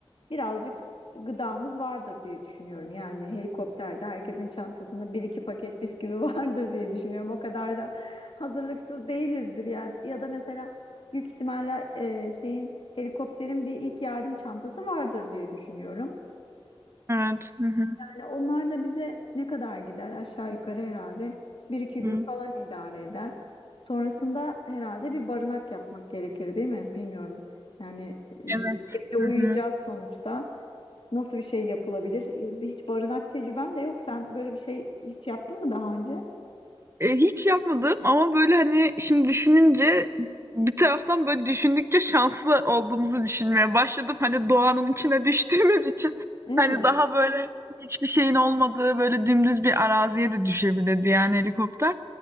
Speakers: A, on the left; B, on the right.
A: birazcık gıdamız vardır diye düşünüyorum. Yani helikopterde herkesin çantasında bir iki paket bisküvi <laughs> vardır diye düşünüyorum. O kadar da hazırlıksız değilizdir yani. Ya da mesela büyük ihtimalle e, şeyin helikopterin bir ilk yardım çantası vardır diye düşünüyorum.
B: Evet. Hı hı.
A: Yani onlar da bize ne kadar gider aşağı yukarı herhalde bir iki gün
B: Hı.
A: falan idare eder. Sonrasında herhalde bir barınak yapmak gerekir değil mi? Bilmiyorum. Yani e,
B: Evet.
A: gece uyuyacağız
B: Hı hı.
A: sonuçta. Nasıl bir şey yapılabilir? E, Hiç barınak tecrüben de yok. Sen böyle bir şey hiç yaptın mı daha önce?
B: E, hiç yapmadım ama böyle hani şimdi düşününce bir taraftan böyle düşündükçe şanslı olduğumuzu düşünmeye başladım. Hani doğanın içine düştüğümüz için
A: Evet,
B: hani daha böyle hiçbir şeyin olmadığı böyle dümdüz bir araziye de düşebilirdi yani helikopter.